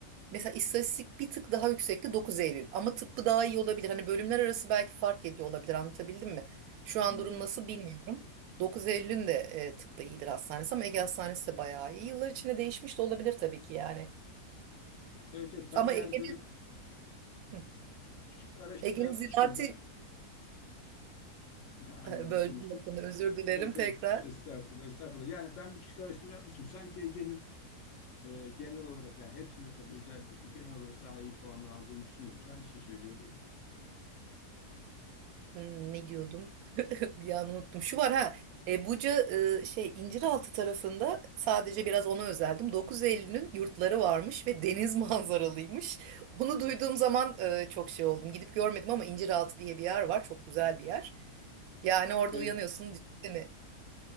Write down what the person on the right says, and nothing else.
mesela istatistik bir tık daha yüksekti 9 Eylül ama tıbbı daha iyi olabilir. Hani bölümler arası belki fark ediyor olabilir anlatabildim mi? Şu an
durum nasıl bilmiyorum. 9 Eylül'ün de e, tıbbı iyidir hastanesi ama Ege Hastanesi de bayağı iyi. Yıllar içinde değişmiş de olabilir tabii ki yani.
Ama
Ege'nin
Hı.
Ege'nin
ziraati
Ha,
böldüm
lafını özür dilerim
tekrar.
Hmm, ne diyordum? <laughs> Bir an unuttum. Şu var ha. E, Buca e, şey İnciraltı tarafında sadece biraz ona özeldim. 9 Eylül'ün yurtları varmış ve deniz <laughs> manzaralıymış. Onu duyduğum zaman e, çok şey oldum. Gidip görmedim ama İnciraltı diye bir yer var. Çok güzel bir yer. Yani orada
uyanıyorsun. düşünsene.